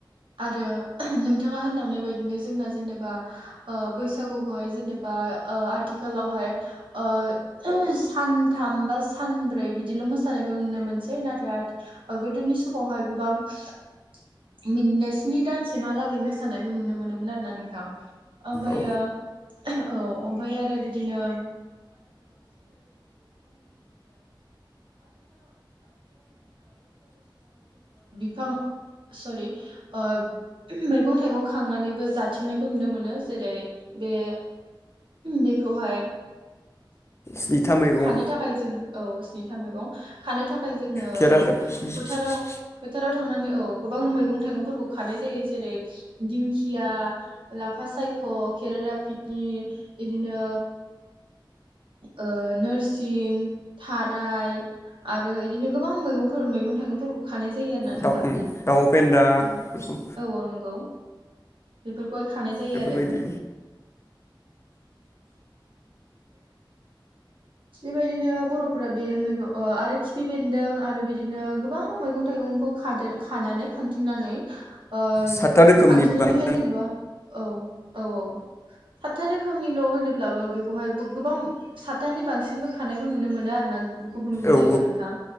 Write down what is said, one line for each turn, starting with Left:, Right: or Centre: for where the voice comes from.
Right: आरो नोंथाङा होनलांनाय बायदिनो जोंना जेनेबा ओ बैसागुखौहाय जेनेबा ओ आथिखालावहाय ओ सानथाम बा सानब्रै बिदिल' मोसानायखौ नुनो मोनसै नाथाय गोदोनि समावहाय गोबां बिदिनो स्नि दानसिमहालागै मोसानायखौ नुनो मोनोमोन आरोना नोंथां ओमफायो
Left: औ
Right: औ ओमफाय आरो बिदिनो बिफां सरि ओ मैगं थाइगं खांनानैबो जाथिंनायखौ नुनो मोनो जेरै बे बेखौहाय
Left: स्निथा मैगं
Right: खानो थाखाय जोङो औ स्निथा मैगं खानो थाखाय जोङो
Left: खेरा
Right: औ
Left: दा
Right: फोथाराव थांनानै औ गोबां मैगं थाइगंफोरखौ खानाय जायो जेरै- दिंखिया लाफा सायख खेरादाफिनि इदिनो। ओ नोरसिं थाराय आरो इदिनो गोबां मैगंफोर मैगं थाइगंफोरखौ खानाय। जायो आरोना नोंथां
Left: दाउ उम दाउ फेन्दाफोरखौ
Right: औ-औ-औ नंगौ। <unintelligible> गय खानाय जायो
Left: बेफोरबायदि
Right: आरो। बेबायदिनो बरफोरा बे मैगं आरो खिफि बेन्दों आरो बिदिनो गोबां मैगं थाइगंखौादों खानानै खांथिंनानै। ओ
Left: सातथा रोखोमनि
Right: खानथिनानैहाय
Left: बानायनानै
Right: जेनेबा औ-औ-औ हतथा रोखोमनिल होनोब्लाबो बेखौ‌। बेहाय गोबां सातथानि बांसिनबो खानायखौ नुनो मोनो आरोना। गुबुन-गुबुन
Left: औ
Right: जायगायाव नोंथां